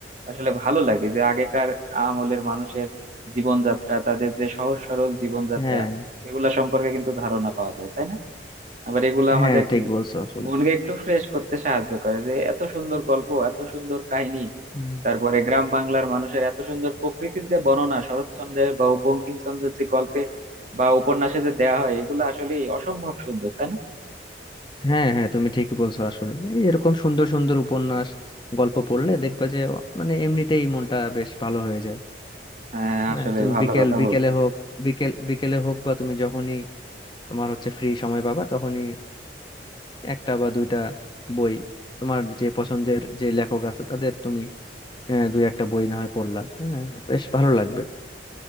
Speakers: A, on the right; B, on the left.
A: আসলে ভালো লাগে যে আগেকার আমলের মানুষের জীবনযাত্রা তাদের যে সহজ সরল জীবনযাত্রা
B: হ্যাঁ
A: এগুলা সম্পর্কে কিন্তু ধারণা পাওয়া যায় তাই না আবার এগুলা
B: হ্যাঁ
A: আমাদের
B: ঠিক
A: কি
B: বলছো আসলে
A: মনকে একটু ফ্রেশ করতে সাহায্য করে যে এত সুন্দর গল্প এত সুন্দর কাহিনী
B: হুম।
A: তারপরে গ্রাম বাংলার মানুষের এত সুন্দর প্রকৃতির যে বর্ণনা শরৎচন্দ্রের বা বঙ্কিমচন্দ্রের যে গল্পে বা উপন্যাসে যে দেয়া হয় এগুলো আসলে অসম্ভব সুন্দর তাই না
B: হ্যাঁ হ্যাঁ তুমি ঠিকই বলছো আসলে এই এরকম সুন্দর সুন্দর উপন্যাস গল্প পড়লে দেখবা যে মানে এমনিতেই মনটা বেশ ভালো হয়ে যায়
A: হ্যাঁ আসলে
B: না তুমি
A: ভালো
B: বিকেল
A: কথা
B: বিকেলে
A: বলছো
B: হোক বিকেল বিকেলে হোক বা তুমি যখনই তোমার হচ্ছে ফ্রি সময় পাবা তখনই একটা বা দুইটা বই তোমার যে পছন্দের যে লেখক আছে তাদের তুমি আহ, দুই একটা বই না হয় পড়লা হ্যাঁ বেশ ভালো লাগবে